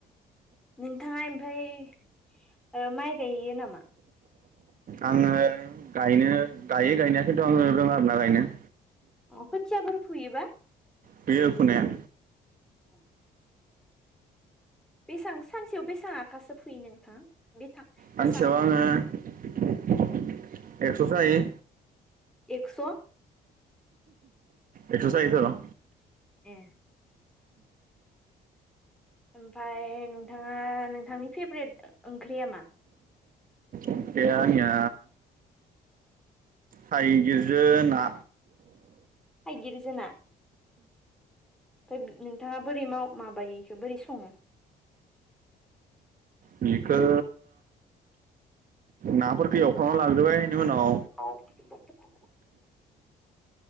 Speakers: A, in the centre; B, on the right.
A: नोंथाङा ओमफाय माइ गयो नामा?
B: आंङो गायनो गायो गायनाया खिन्थु आंङो रोङा आरोना गायनो।
A: खोथियाफोर फुयोबा
B: फुयो फुनाया
A: <inaudible> बेसां सानसेयाव बेसां आखासो फुयो नोंथां? बेथां बेसां
B: सानसेयाव आंङो एक्स'सो हायो।
A: एकस'
B: एक्सटा हायोथर उम
A: ए ओमफफ्राय नोंथाङा नोंथांनि फेभ्रेट ओंख्रिया मा?
B: ओंख्रिया आंनिया थाइगिरजो ना
A: थाइगिर जोना ओमफ्राय नोंथाङा बोरै माबायोखौो बोरै सङो?
B: बेखौ नाफोरखौ
A: <inaudible>
B: एवफ्रामना लाग्रोबाय बेनि उनाव